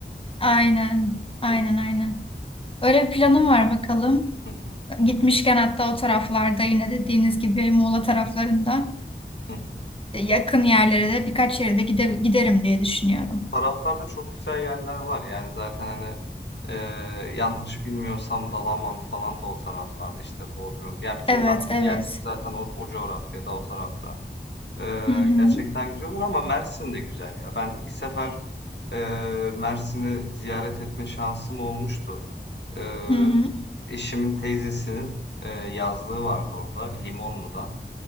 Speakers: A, on the left; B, on the left.
A: aynen, aynen,
B: Hı.
A: aynen. Öyle bir planım var bakalım.
B: Hı hı.
A: Gitmişken hatta o taraflarda yine dediğiniz gibi Muğla taraflarında
B: Hı hı.
A: e, yakın yerlere de birkaç yere de gide giderim diye düşünüyorum.
B: taraflarda çok güzel yerler var. Yani zaten hani eee, yanlış bilmiyorsam Dalaman falan da o taraflarda işte Bodrum. Yani bütün
A: Evet,
B: tatil
A: evet.
B: yerleri zaten o, o coğrafyada o tarafta. Eee,
A: Hı hı.
B: gerçekten güzel olur ama Mersin de güzel ya. Ben bir sefer eee, Mersin'i ziyaret etme şansım olmuştu. Ee,
A: Hı hı.
B: Eşimin teyzesinin, eee, yazlığı vardı orada, Limonlu'da.